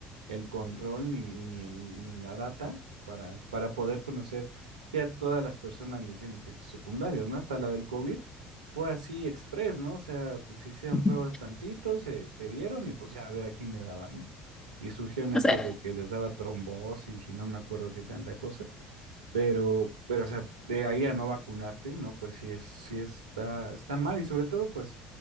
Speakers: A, on the right; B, on the left.
A: el control ni, ni, el, ni la data para, para poder conocer que a todas las personas les tienen efectos secundarios, ¿no? Hasta la del COVID fue así express, ¿no? O sea, pues se hicieron
B: <laughs>
A: pruebas tantito, se, se dieron y pues ya a ver a quién le daba, ¿no? Y surgieron estas
B: No sé.
A: de que les daba trombosis y no me acuerdo qué tanta cosa, pero, pero, o sea, de ahí a no vacunarte, ¿no? Pues sí es, sí está, está mal y sobre todo, pues,